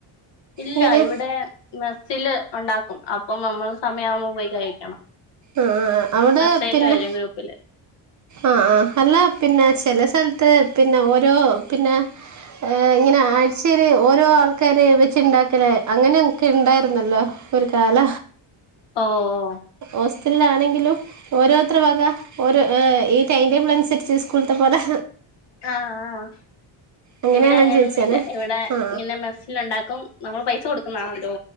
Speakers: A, on the left; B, on the right.
A: ഇല്ല
B: ഇങ്ങനെ
A: ഇവിടെ മെസ്സില് ഉണ്ടാക്കും അപ്പം നമ്മള് സമയമാവുമ്പൊ പോയി കഴിക്കണം
B: ആഹ് അവിടെ
A: മെസ്സേജ്
B: പിന്നെ
A: വരും ഗ്രൂപ്പില്
B: ആഹ് ആഹ് അല്ല പിന്നെ ചെല സ്ഥലത്ത് പിന്നെ ഓരോ പിന്നെ ഇങ്ങനെ ആഴ്ചേല് ഓരോ ആൾക്കാര് വെച്ച്ണ്ടാക്കല് അങ്ങനെയെക്കെണ്ടാര്ന്നല്ലോ? ഒരു കാല
A: ഓഓഓ
B: ഹോസ്റ്റലിലാണെങ്കിലും ഓരോത്തര് വക ഓരോ ടൈം ടേബിളനുസര്ച്ച് സ്‌കൂൾത്തെ പോലെ
A: ആഹ് ആഹ്
B: അങ്ങനെയാണോ
A: ഇവിടങ്ങനൊന്നുഇല്ല
B: എന്ന് ചോദിച്ചാണ്
A: ഇവിടെ
B: ആ
A: ഇങ്ങനെ മെസ്സില്ണ്ടാക്കും നമ്മൾ പൈസ കൊടുക്കുന്നാണല്ലോ